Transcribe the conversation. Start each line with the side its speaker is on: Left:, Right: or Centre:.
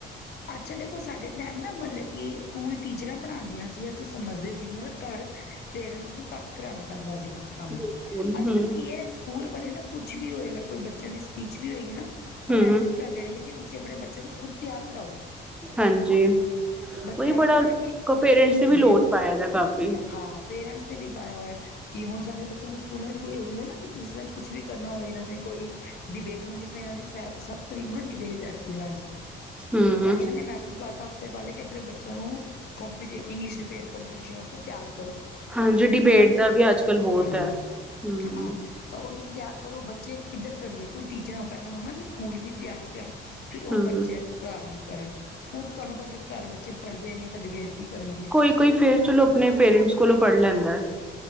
Left: ਅੱਛਾ ਦੇਖੋ, ਸਾਡੇ ਟਾਈਮ ਨਾ ਮਤਲਬ ਕਿ ਸਕੂਲ ਟੀਚਰਾਂ ਪੜ੍ਹਾਉਂਦੀਆਂ ਸੀ, ਅਸੀਂ ਸਮਝਦੇ ਸੀ। ਮਤਲਬ ਘਰ ਪੇਰੈਂਟਸ ਨੂੰ ਘੱਟ ਕਰਾਣਾ ਪੈਂਦਾ ਸੀਗਾ ਕੰਮ
Centre: ਬਿਲਕੁਲ
Left: ਅੱਜ-ਕੱਲ੍ਹ
Centre: ਹੂੰ
Left: ਕੀ ਐ, ਸਕੂਲ ਵਾਲੇ ਨਾ ਕੁੱਛ ਵੀ ਹੋਏਗਾ, ਕੋਈ ਬੱਚਿਆਂ ਦੀ ਸਪੀਚ ਵੀ, ਹੋਏਗੀ ਨਾ ਉਹ
Centre: ਹੂੰ
Left: ਮੈਸੇਜ ਕਰਦੇ ਕਿ, ਤੁਸੀਂ ਆਪਣੇ ਬੱਚੇ ਨੂੰ ਖੁਦ ਤਿਆਰ ਕਰਾਓ
Centre: ਹਾਂਜੀ,
Left: ਬਸ
Centre: ਉਹੀ
Left: ਤਿਆਰ
Centre: ਬੜਾ
Left: ਕਰਾ ਕੇ
Centre: ਪੇਰੈਂਟਸ ਦੀ ਵੀ
Left: ਡੇਢ
Centre: ਲੋਡ, ਪਾਇਆ ਦਾ ਕਾਫ਼ੀ
Left: ਹਾਂ ਪੇਰੈਂਟਸ, ਦੇ ਵੀ ਪਾਇਆ ਹੋਇਆ ਕਿ ਹੁਣ, ਸਾਡੇ ਬੱਚਿਆਂ ਦੇ ਸਕੂਲਾਂ ਚ ਕੋਈ ਹੁੰਦਾ ਨਾ, ਜਿਸ ਤਰ੍ਹਾਂ ਕੁਛ ਵੀ ਕਰਨਾ ਹੋਏ, ਇਹਨਾਂ ਨੇ ਕੋਈ ਡਿਬੇਟ ਹੁਣ, ਜਿਸ ਤਰ ਇਹਨਾਂ ਦੀ ਸੱਤ ਤਰੀਕ ਨੂੰ, ਨਾ ਡਿਬੇਟ ਹੈ ਸਕੂਲਾਂ ਚ
Centre: ਹੂੰ
Left: ਤਾਂ ਇਹਨਾਂ ਨੇ, ਮੈਸੇਜ ਪਾ ਤਾ ਤੇ ਪਾਲੇ ਕਿ ਅਪਨੇਆ ਬੱਚੇਆਂ ਨੂੰ ਕੋਪੀਟੀ ਇੰਗਲਿਸ਼ ਡਿਬੇਟ ਕੌਪੀਟੀਸ਼ਨ ਵਾਸਤੇ ਤਿਆਰ ਕਰੋ।
Centre: ਹਾਂਜੀ ਡਿਬੇਟ
Left: ਅ ਮਲ ਕੋਈ
Centre: ਦਾ ਵੀ
Left: ਟੋਪ
Centre: ਅੱਜ ਕੱਲ ਬਹੁਤ
Left: ਹਾਂ-ਹਾਂ।
Centre: ਹੈ ਹੂੰ
Left: ਤਾਂ ਓਨਾਂ ਨੂੰ ਤਿਆਰ ਕਰੋ ਬੱਚੇ ਇੱਜ਼ਤ ਕਰਦੇ, ਕੋਈ ਟੀਚਰਾਂ ਪੈਲਾਂ ਓ ਨਾ ਕਿ ਸਕੂਲ ਵੀ ਤਿਆਰੀ ਕਰਾਨ ਫੇਰ ਉਹ
Centre: ਹੂੰ
Left: ਬੱਚਿਆਂ ਘਰ ਵੀ ਕਰਨ ਹੁਣ ਤੁਆਨੂੰ ਪਤਾ ਘਰ ਬੱਚੇ ਪੜ੍ਹਦੇ ਨੀ ਐ ਤੇ ਡਿਬੇਟ ਕੀ ਕਰਨਗੇ।
Centre: ਵੀ ਕੋਈ ਫੇਰ ਚੱਲੋ ਅਪਨੇ ਪੇਰੈਂਟਸ ਕੋਲੋਂ ਪੜ੍ਹ ਲੈਂਦਾ